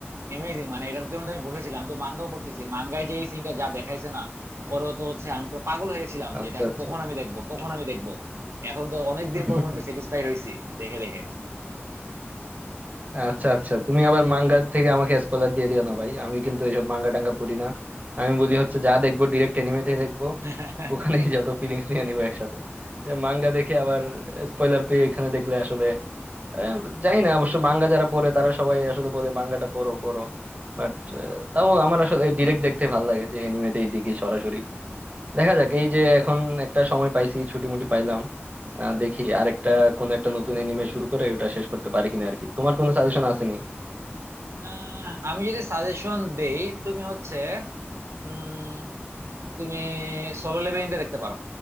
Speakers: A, on the right; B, on the right.
A: অ্যামেজিং মানে এটার জন্য তো আমি বসেছিলাম আমি তো মাঙ্গাও পড়তেছি মাঙ্গায় যে এই সিনটা যা দেখাইছে না পরে তো হচ্ছে আমি পুরো পাগল হয়ে গেছিলাম
B: আচ্ছা
A: যে এটা কখন আমি দেখবো কখন আমি দেখবো এখন তো অনেকদিন
B: আচ্ছা
A: পর মনে স্যাটিসফাইড হয়েছি দেখে দেখে
B: আচ্ছা আচ্ছা তুমি আবার মাঙ্গা থেকে আমাকে স্পয়লার দিয়ে দিও না ভাই আমি কিন্তু এইসব মাঙ্গা টাঙ্গা পড়ি না আমি বলি হচ্ছে যা দেখবো ডিরেক্ট এনিমে থেকে দেখবো
A: <laughs>
B: ওখানেই যত ফিলিংস নিয়ে নিবো একসাথে মাঙ্গা দেখে আবার স্পয়লার পেয়ে এখানে দেখলে আসলে আহ, জানি না অবশ্য মাঙ্গা যারা পড়ে তারা সবাই আসলে বলে মাঙ্গাটা পড়ো পড়ো বাট তাও আমার আসলে ডিরেক্ট দেখতে ভালো লাগে যে এনিমেতেই দেখি সরাসরি দেখা যাক এই যে এখন একটা সময় পাইছি ছুটি মুটি পাইলাম আহ, দেখি আরেকটা কোন একটা নতুন এনিমে শুরু করে ওটা শেষ করতে পারি কিনা আর কি তোমার কোনো সাজেশন আসেনি
A: আহ, আমি যদি সাজেশন দেই তুমি হচ্ছে উম তুমি সোলো লেভেলিংটা দেখতে পারো